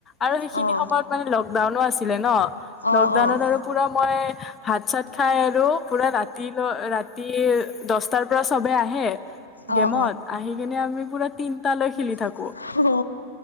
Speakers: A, on the left; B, on the left.
A: আৰু সেইখিনি
B: অঁ অঁ
A: সময়ত মানে লকডাউনো আছিলে ন।
B: অঁ অঁ অঁ
A: লকডাউনত আৰু পুৰা মই ভাত চাত খাই আৰু পুৰা ৰাতি -ল- ৰাতি দহটাৰ পৰা চবে আহে
B: অঁ
A: গেমত আহি কিনে আমি পুৰা তিনটা লৈ খেলি থাকোঁ।
B: অ'